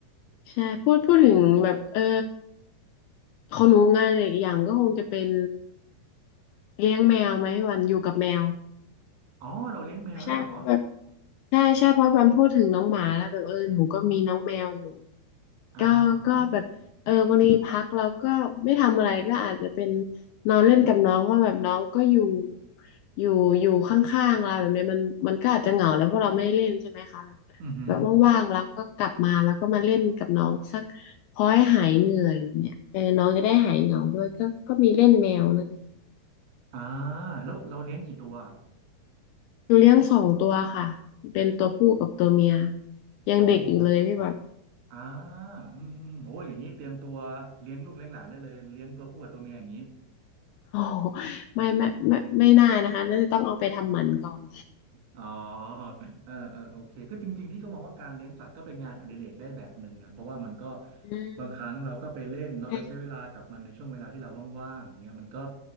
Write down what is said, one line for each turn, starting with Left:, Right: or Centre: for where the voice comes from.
Left: ใช่พูดพูดถึงแบบเออของหนูงานอีกอย่างก็คงจะเป็น เลี้ยงแมวไหมวันอยู่กับแมว
Right: อ๋อเราเลี้ยงแมวด้วยเหรอ
Left: ใช่เพราะแบบใช่ใช่เพราะวันพูดถึงน้องหมาแล้วแบบเออหนูก็มีน้องแมวอยู่
Right: อ่า
Left: ก็ก็แบบเออบางทีพักเราก็ไม่ทำอะไรก็อาจจะเป็นนอนเล่นกับน้องว่าแบบน้องก็อยู่อยู่อยู่ข้างๆเราแบบเนี้ยมันมันก็อาจจะเหงาแล้วเพราะเราไม่ได้เล่นใช่ไหมคะแบบ
Right: อือหือ
Left: แบบว่างๆเราก็กลับมาแล้วก็มาเล่นกับน้องสักพอให้หายเหนื่อยแบบเนี้ยเออน้องจะได้หายเหงาด้วยก็ก็มีเล่นแมวนะคะ
Right: อ่าแล้วเราเลี้ยงกี่ตัว
Left: เลี้ยงสองตัวค่ะเป็นตัวผู้กับตัวเมียยังเด็กอยู่เลยพี่แบบ
Right: โอ้อ่าอืมอืมโอ้อย่างนี้เตรียมตัวเลี้ยงลูกเลี้ยงหลานได้เลยเลี้ยงตัวผู้กับตัวเมียอย่างนี้
Left: โอ้โหไม่ไม่ไม่ไม่น่านะคะน่าจะต้องเอาไปทำหมันก่อน
Right: อ๋อเออเออโอเคก็จริงๆ พี่ก็มองว่าการเลี้ยงสัตว์ก็เป็นงานอดิเรกได้แบบหนึ่งนะเพราะว่ามันก็
Left: อืม
Right: บางครั้งเราก็ไปเล่นเนาะไปใช้เวลากับมันในช่วงเวลาที่เราว่างๆอย่างเงี้ยมันก็
Left: ใช่